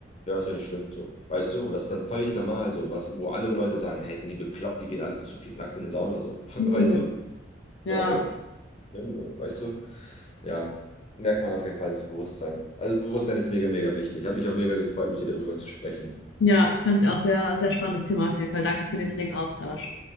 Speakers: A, on the left; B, on the left.
A: Ja, ist ja nicht schlimm, so. Weißt du? Und das ist dann völlig normal, so. Was, wo andere Leute sagen, hey, sind die bekloppt, die gehen alle zu viert nackt in eine Sauna, so. <laughs> Weißt
B: Nö.
A: du?
B: Ja.
A: So, Aber schlimm, so, weißt du? Ja, merkt man auf jeden Fall das Bewusstsein. Also Bewusstsein ist mega, mega wichtig. Hat mich auch mega gefreut, mit dir darüber zu sprechen.
B: Ja, fand ich auch sehr, sehr spannendes Thema auf jeden Fall. Danke für den regen Austausch.